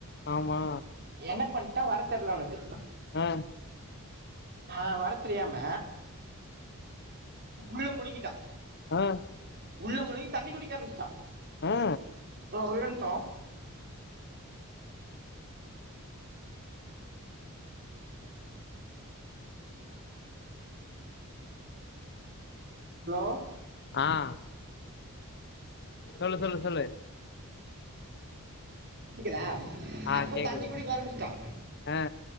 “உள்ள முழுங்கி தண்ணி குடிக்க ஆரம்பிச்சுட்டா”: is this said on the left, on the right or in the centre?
Right